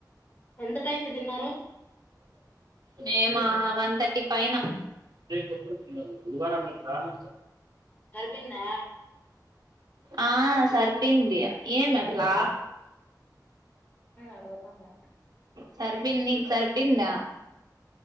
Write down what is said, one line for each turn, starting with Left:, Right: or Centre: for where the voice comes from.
Left: ఎంత టైంకి దీన్నారో
Right: మీమ్మా వన్ థర్టీ పైన ఇవాళ గురువారం మైతదిరా <inaudible>
Left: సరిపోయిందా
Right: ఆ సరిపెయ్నది ఏం అట్లా
Left: అడుగుతాండ
Right: సరిపెయింద్ నీగ్ సరిపెందా.